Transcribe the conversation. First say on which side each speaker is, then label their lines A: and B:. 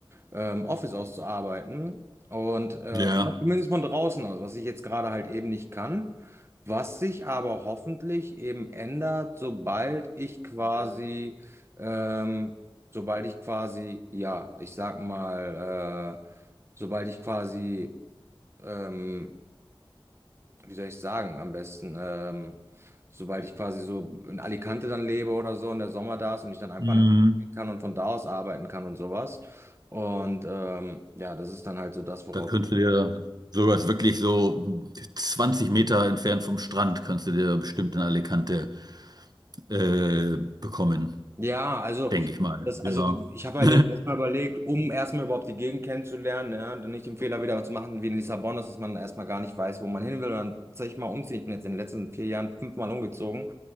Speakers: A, on the right; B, on the right.
A: ähm, Office auszuarbeiten. Und äh,
B: Ja,
A: oder zumindest von draußen aus, was ich jetzt gerade halt eben nicht kann, was sich aber hoffentlich eben ändert, sobald ich quasi, ähm, sobald ich quasi, ja, ich sag mal, äh, sobald ich quasi ähm, wie soll ich sagen, am besten, ähm, sobald ich quasi so in Alicante dann lebe oder so und der Sommer da ist und ich dann einfach
B: mhm.
A: in den Sommer gehen kann und von da aus arbeiten kann und sowas. Und ähm, ja, das ist dann halt so das, worauf.
B: Da könntest du dir sowas wirklich so 20 Meter entfernt vom Strand, kannst du dir bestimmt in Alicante äh, bekommen,
A: Ja, also.
B: denke ich mal.
A: Das, also
B: Ja.
A: die, ich habe
B: <laughs>
A: halt jetzt erstmal überlegt, um erstmal überhaupt die Gegend kennenzulernen, ja, dann nicht den Fehler wieder zu machen wie in Lissabon, dass man erstmal gar nicht weiß, wo man hin will und dann zeig ich mal umziehen. Ich bin jetzt in den letzten vier Jahren fünfmal umgezogen.